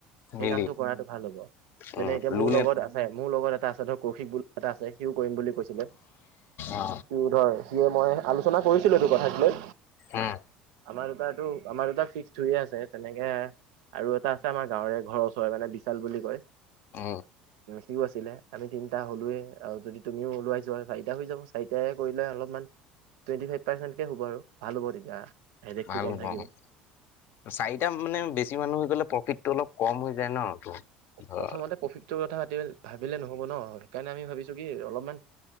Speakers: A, on the right (about 75°); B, on the left (about 55°).
A: সেই
B: মিলি
A: কামটো কৰাটো ভাল হ'ব যেনে
B: উম
A: এতিয়া
B: লোনেট
A: মোৰ লগত আছে মোৰ লগত এটা আছে ধৰ কৌশিক বুলি এটা আছে সিও কৰিম বুলি কৈছিলে
B: অ
A: টোৰ ধৰ সিয়ে মই আলোচনা কৰিছিলো এইটো কথাক লৈ
B: উম
A: আমাৰ দুটা টো আমাৰ দুটা ফিক্সড হৈয়ে আছে তেনেকে আৰু এটা আছে আমাৰ গাঁৱৰে ঘৰৰ ওচৰে মানে বিশাল বুলি কয়
B: আহ
A: হিও আছিলে আমি তিনিটা হ'লোয়ে আৰু যদি তুমিও উলুৱাই যোৱা চাৰিটা হৈ যাব চাৰিট কৰিলে অলপমান টুৱেণ্টি ফাইভ পাৰ্চেণ্টকে হ'ব আৰু ভাল হ'ব তেতিয়া হেডেকটো
B: ভাল
A: কম
B: হ'ব
A: থাকিব
B: অ চাৰিটা মানে বেছি মানুহ হৈ গলে প্ৰফিটটো অলপ কম হৈ যায় ন তোৰ। ধৰ
A: প্ৰথমতে প্ৰফিটটোৰ কথা পাতি ভাবিলে নহব ন সেইকাৰণে আমি ভাবিছোঁ কি অলপমান